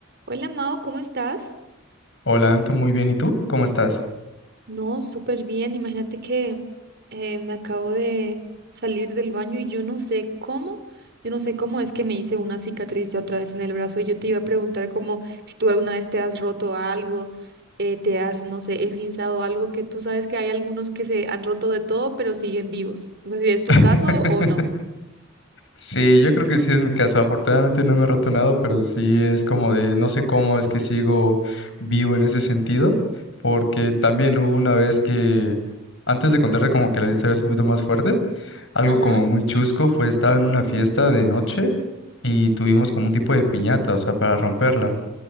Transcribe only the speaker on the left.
Hola, Anto, muy bien. ¿Y tú? ¿Cómo estás?
<laughs>
Sí, yo creo que sí es mi caso. Afortunadamente no me he roto nada, pero sí es como de no sé cómo es que sigo vivo en ese sentido, porque también hubo una vez que, antes de contarte como que la historia es un poquito más fuerte, algo
como muy chusco fue, estaba en una fiesta de noche y tuvimos como un tipo de piñata, o sea, para romperla.